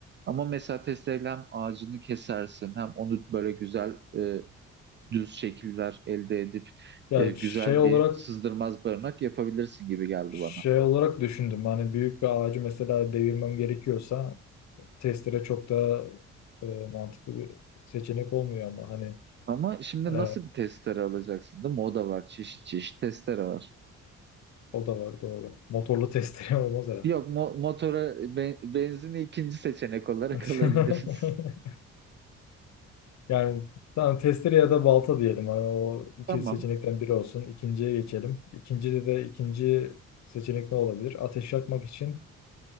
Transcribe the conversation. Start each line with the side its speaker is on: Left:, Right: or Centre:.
Right: Ama mesela testereyle hem ağacını kesersin hem onu böyle güzel e, düz şekiller elde edip
Left: Ya
Right: e, güzel
Left: şey olarak
Right: bir sızdırmaz barınak yapabilirsin gibi geldi
Left: şey
Right: bana.
Left: olarak düşündüm. Hani büyük bir ağacı mesela devirmem gerekiyorsa testere çok daha e, mantıklı bir seçenek olmuyor ama hani
Right: Ama şimdi
Left: e,
Right: nasıl bir testere alacaksın değil mi? O da var. Çeşit çeşit testere var.
Left: o da var doğru. Motorlu testere <laughs> olmaz herhalde.
Right: Yok mo- motora be- benzini ikinci seçenek olarak
Left: <laughs>
Right: <laughs> alabiliriz.
Left: Yani tamam testere ya da balta diyelim. Hani o iki
Right: Tamam.
Left: seçenekten biri olsun. İkinciye geçelim. İkincide de ikinci seçenek ne olabilir? Ateş yakmak için